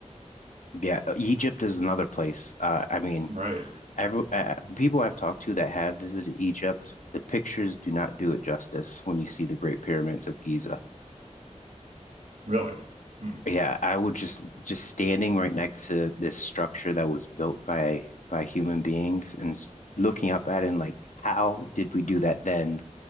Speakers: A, on the left (about 75°); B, on the right (about 80°).
A: Yeah, Egypt is another place. Uh, I mean,
B: Right.
A: every uh, the people I've talked to that have visited Egypt, the pictures do not do it justice when you see the Great Pyramids of Giza.
B: Really. Hmm.
A: Yeah, I would just just standing right next to this structure that was built by by human beings and s- looking up at it and like, how did we do that then